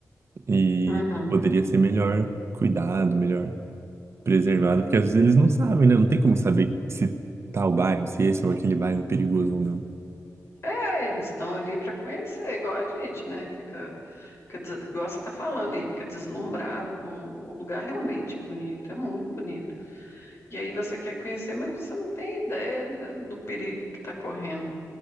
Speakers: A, on the right (about 50°); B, on the left (about 50°).
A: E
B: Uhum.
A: poderia ser melhor cuidado, melhor. preservado, porque às vezes eles não sabem, né? Não tem como saber se tal bairro, se esse é ou aquele bairro é perigoso ou não.
B: É, eles estão ali pra conhecer, igual a gente, né? Fica, fica des- igual você tá falando aí, fica deslumbrado com o lugar realmente é bonito, é muito bonito. E aí você quer conhecer, mas você não tem ideia da- do perigo que está correndo,